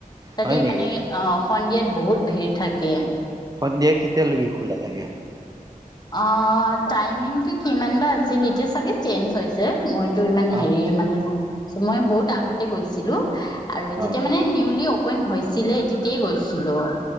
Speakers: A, on the left; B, on the right.
A: তাতে
B: হয় নেকি
A: মানে অহ ', সন্ধিয়াত বহুত ভিৰ থাকে।
B: সন্ধিয়া কেতিয়ালৈকে খোলা থাকে?
A: অহ ', টাইমিং টো কিমান বা আছিল এতিয়া চাগে চেঞ্জ হৈছে। মইতো ইমান হেৰি
B: অ',
A: মানে। মই বহুত আগতে গৈছিলো। আৰু যেতিয়া
B: অ',
A: মানে নিউলি। পইন হৈছিলে তেতিয় গৈছিলো।